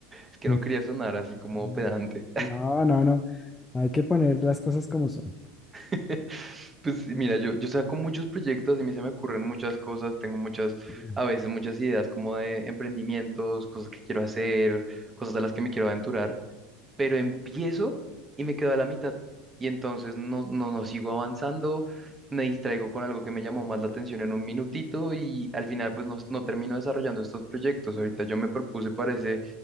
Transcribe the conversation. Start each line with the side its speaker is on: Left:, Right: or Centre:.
Right: Es que
Left: <laughs>
Right: no quería sonar así como
Left: Mm.
Right: pedante.
Left: No, no, no, hay que poner las cosas como son.
Right: <laughs> Pues mira, yo, yo saco muchos proyectos y a mí se me ocurren muchas cosas, tengo muchas,
Left: Mm.
Right: a veces muchas ideas como de emprendimientos, cosas que quiero hacer, cosas a las que me quiero aventurar. pero empiezo y me quedo a la mitad. Y entonces no, no, no sigo avanzando, me distraigo con algo que me llamó más la atención en un minutito y al final pues no, no termino desarrollando estos proyectos. Ahorita yo me propuse para ese,